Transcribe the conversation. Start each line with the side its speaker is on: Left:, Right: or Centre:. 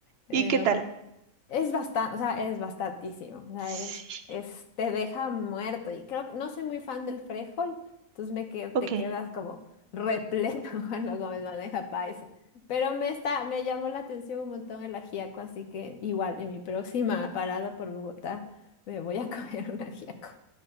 Left: pero
Right: ¿Y qué tal?
Left: es bastante, o sea, es bastantísimo, o sea,
Right: Sí,
Left: es, es- te deja muerto y creo que no soy muy fan del frijol, entonces me que, te
Right: ok,
Left: quedas como repleto <laughs> cuando comes bandeja paisa, pero me está, me llamó la atención un montón el ajiaco, así que igual en mi próxima parada por Bogotá me voy a <laughs> comer un ajiaco.